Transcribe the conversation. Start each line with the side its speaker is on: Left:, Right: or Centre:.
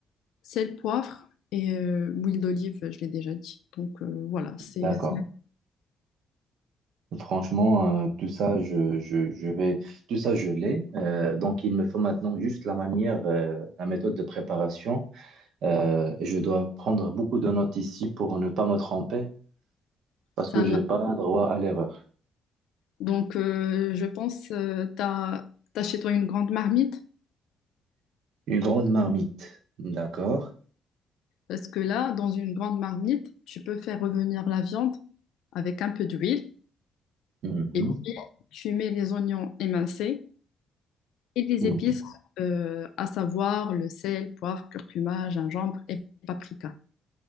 Left: sel, poivre et euh, l'huile d'olive, je l'ai déjà dit. Donc euh, voilà, c'est
Right: D'accord.
Left: c'est-
Right: Franchement, euh, tout ça, je, je, je vais, tout ça, je l'ai. Euh, donc, il me faut maintenant juste la manière, euh, la méthode de préparation. Euh, et je dois prendre beaucoup de notes ici pour ne pas me tromper, parce
Left: c'est
Right: que j'ai pas droit à l'erreur.
Left: Donc, euh, je pense, euh, t'as, t'as chez toi une grande marmite,
Right: Une grande marmite. D'accord.
Left: parce que là, dans une grande marmite, tu peux faire revenir la viande avec un peu d'huile,
Right: Mhm,
Left: et puis tu mets les oignons émincés et les
Right: mhm.
Left: épices, euh, à savoir le sel, poivre, curcuma, gingembre et paprika.